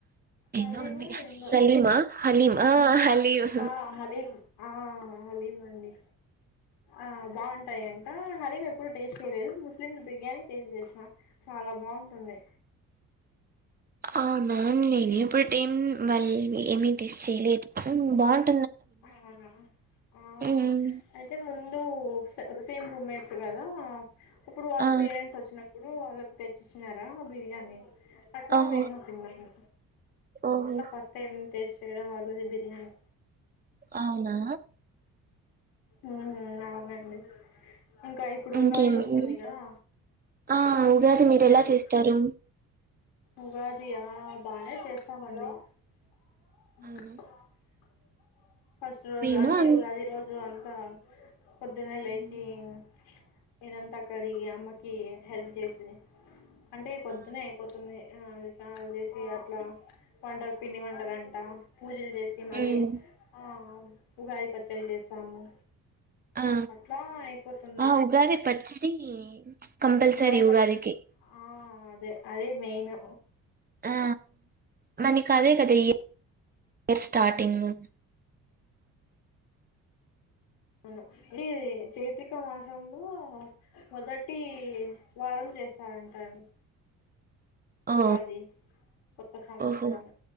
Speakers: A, on the left; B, on the right.
A: హలీమో
B: ఎదో ఉంది
A: ఏందో
B: సలీమా హలీమా హలీమ్
A: ఆ హలీం ఆ హలీమ్ అండి ఆ బావుంటాయి అంట హలీం ఎప్పుడు టేస్ట్ చేయలేదు‌. ముస్లిమ్స్ బిర్యానీ టేస్ట్ చేసిన చ చాలా బాగుంటుంది
B: అవునా నేను ఎప్పుడు ఎప్పుటిమ్ వాళ్ళవి ఏమ్ టేస్ట్ చేయలేదు ఉ బాగుంట్
A: అవునా ఆ
B: ఉమ్
A: అయితే ముందు స సేమ్ రూమ్ మేట్స్ కదా అప్పుడు వాళ్ళ
B: ఆ
A: పేరెంట్స్ వచ్చినప్పుడు వాళ్ళ తెచ్చినరా బిర్యానీ అట్లా
B: ఓహో
A: మేము తిన్నాము.
B: ఓహో
A: అట్ల ఫస్ట్ టైమ్ ఏం టేస్ట్ చేయడం వల్లది బిర్యానీ
B: అవునా
A: ఉ హు అవునండి ఇంకా ఇప్పుడు
B: ఇంకేమి
A: ఉగాది వస్తుంది కదా.
B: ఆ ఉగాది
A: ఇంటికి
B: మీరు
A: వెల్
B: ఎలా చేస్తారు
A: ఉగాది యా బానే చేస్తామండి హ
B: అవునా
A: ఫస్ట్ రోజు
B: మేము
A: అంటే
B: అన్
A: ఉగాది రోజు అంతా పొద్దున్నే లేచి
B: ఉమ్
A: ఇంగ్ ఇల్లంతా కడిగి అమ్మకి హెల్ప్ చేస్తది అంటే పొద్దునే
B: ఆ
A: అయిపోతుంది. ఉ స్నానం చేసి అట్లా వంట పిండి వంటలంట పూజలు చేసి మళ్ళీ
B: హ్మ్.
A: ఆ ఉగాది పచ్చడి చేస్తాము.
B: ఆ
A: అట్లా అయిపోతుంది
B: ఆ ఉగాది పచ్చిడి కంపల్సరి
A: ఉగాది
B: ఉగాదిికి
A: పచ్చ ఆ అదే అదే మెయిను
B: ఆ మనకి అదే కదా ఇయ ఇయర్ స్టార్టింగు
A: అవును ఈది చైత్రక మాస సంలో మొదటి వారం చేస్తారంటరు
B: ఓ
A: ఉగాది కొత్త సంవత్సరం
B: ఓహో ఉహు